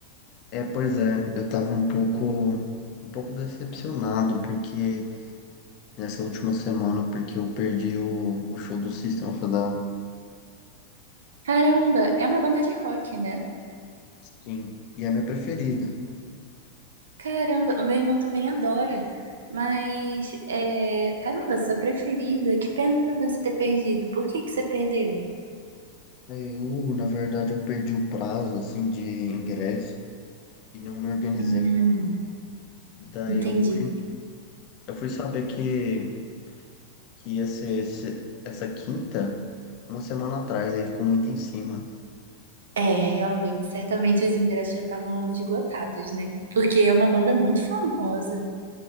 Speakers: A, on the left; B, on the right.
A: É, pois é, eu tava um pouco, um pouco decepcionado porque nessa última semana, porque eu perdi o, o show do System of a Down.
B: Caramba, é uma banda de rock, né?
A: Sim, e é a minha preferida.
B: Caramba, o meu irmão também adora. Mas, é, caramba, sua preferida, que pena você ter perdido. Por que que você perdeu?
A: Eu, na verdade, eu perdi o prazo, assim, de ingresso e não me organizei.
B: Hum,
A: Daí
B: entendi.
A: eu fui, eu fui saber que, que ia ser esse- essa quinta, uma semana atrás, aí ficou muito em cima.
B: É, realmente, certamente os ingressos já estavam esgotados, né? Porque é uma banda muito famosa.